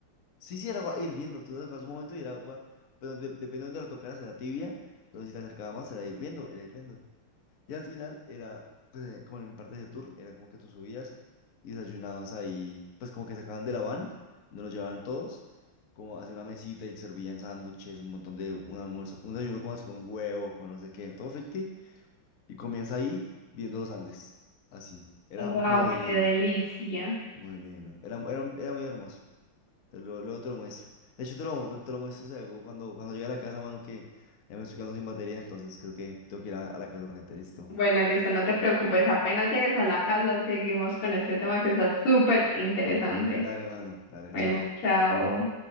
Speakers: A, on the left; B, on the left.
A: sí, sí, el agua hirviendo, tú la tocabas un momento y el agua, pero de- depende de dónde la tocaras, era tibia, pero si te acercaba más, era hirviendo, era hirviendo. Y al final era, pues eh, como en partes de tour, era como que tú subías y desayunabas ahí, pues como que sacaban de la van, no los llevaban todos, como hacia una mesita y servían sándwiches, un montón de un almuerzo, un desayuno como así con huevo, con no sé qué, todo ficti. Y comías ahí viendo los Andes. Así. Era
B: Wow,
A: muy
B: qué
A: lindo.
B: delicia.
A: Muy lindo. Era, era, era muy hermoso. Te lo, luego te lo muestro. De hecho, te lo, te, te lo muestro si algo cuando, cuando llegue a la casa, mano, que ya me estoy quedando sin batería. Entonces creo que tengo que ir a, a la casa urgente. Listo.
B: Bueno, listo, no te preocupes, apenas llegues a la casa, seguimos con este tema que está súper interesante.
A: Dale, mano. Dale,
B: Bueno,
A: chao.
B: chao.